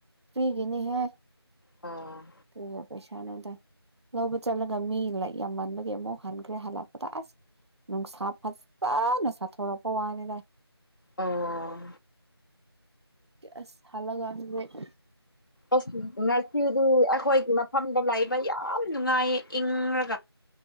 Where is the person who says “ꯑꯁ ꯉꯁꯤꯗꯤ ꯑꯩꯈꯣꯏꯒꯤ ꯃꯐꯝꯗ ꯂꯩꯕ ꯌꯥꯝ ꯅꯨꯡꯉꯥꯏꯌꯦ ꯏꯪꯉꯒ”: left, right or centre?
Left